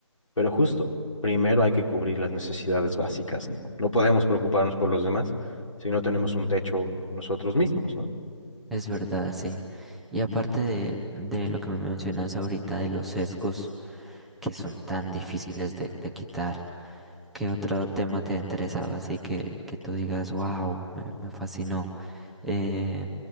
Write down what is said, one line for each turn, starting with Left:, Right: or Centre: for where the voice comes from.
Left: pero justo, primero hay que cubrir las necesidades básicas, ¿no? No podemos preocuparnos por los demás si no tenemos un techo nosotros mismos, ¿no?
Centre: Es verdad, sí. Y aparte de, de lo que me mencionas ahorita de los sesgos que son tan difíciles de de quitar. ¿Qué otro tema te ha interesado? Así que, que tú digas, wow, me, me fascinó eh,